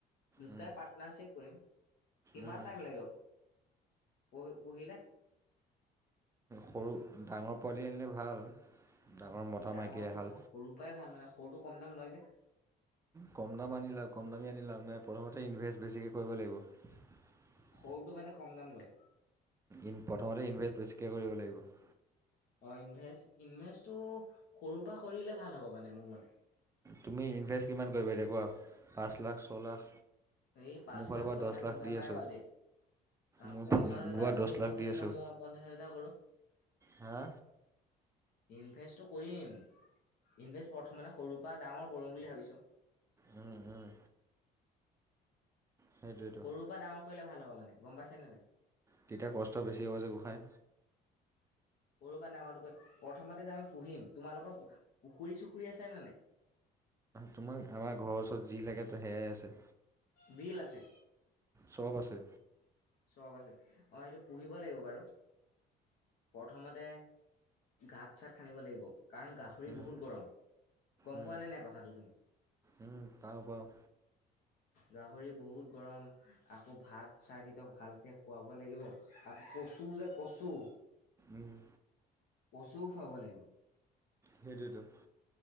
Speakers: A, on the left; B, on the right.
A: দুটাই
B: উম
A: পাৰ্টনাৰশ্বিপ কৰিম কিমান
B: উম।
A: টাইম লাগিব পঢ়ি পঢ়িলে
B: সৰু ডাঙৰ পোৱালি আনিলে ভাল ডাঙৰ মতা
A: ডাঙৰটো
B: মাইকীয়ে এহাল।
A: নহয় সৰুৰ পৰাই ভাল মানে সৰুটো কম দাম লয় যে
B: কম দাম আনি লা কম দামী আনি লাভ নহাই প্ৰথমতে ইনভেষ্ট বেছিকৈ কৰিব লাগিব <unintelligible>
A: সৰুটো মানে কম দাম লয়
B: ইন প্ৰথমতে ইনভেষ্ট বেছিকৈ কৰিব লাগিব
A: অ ইনভেষ্ট ইনভেষ্টটো সৰুৰ পৰা কৰিলে ভাল হ'ব মানে মোৰ মতে
B: তুমি ইনভেষ্ট কিমান কৰিবা দেকুৱা পাঁচ লাখ ছয় লাখ
A: এই পাঁচ
B: মোৰ ফালৰ
A: লাখ
B: পৰা
A: ছয়
B: দহ
A: লাখ ইমান
B: দি
A: নাই
B: আছোঁ
A: বাজ অ
B: মোৰ
A: পঞ্চাছ
B: ফা-
A: হাজাৰ
B: মোৰ পৰা দহ
A: তুমি
B: লাখ
A: পঞ্চাছ
B: দি
A: হাজাৰ
B: আছোঁ
A: মই পঞ্চাছ হাজাৰ কৰো
B: হা
A: ইনভেষ্টটো কৰিম ইনভেষ্ট প্ৰথমে সৰুৰ পৰা ডাঙৰ কৰম বুলি ভাবিছো।
B: উম, উম সেইটোৱেতো
A: সৰুৰ পৰা ডাঙৰ কৰিলে ভাল হ'ব মানে গম পাইছে নে নাই?
B: তেতিয়া কষ্ট বেছি হ'ব যে গোঁসাই
A: সৰু বা ডাঙৰটো কৰিম প্ৰথমতে যে আমি পুহিম তোমালোকৰ পুখুৰী চুখুৰী আছে নে নাই?
B: তোমাক আমাৰ ঘৰৰ ওচৰত যি লাগে সেয়াই আছে।
A: বিল আছে
B: চব আছে।
A: চব আছে অ', সেইটো পুহিব লাগিব বাৰু প্ৰথমতে গাত চাত <unintelligible> লাগিব কাৰণ গাহ হৰি
B: উম,
A: বহুত গৰম গম
B: উম,
A: পোৱা নাই নাই কথাটো তুমি?
B: উম, পাওঁ পাওঁ
A: গাহৰি বহুত গৰম আকৌ ভাত চাত তেওঁক ভালকে খুৱাব লাগিব আকৌ কচু যে কচু
B: উম,
A: কচুও খুৱাব লাগিব।
B: সেইটোৱেটো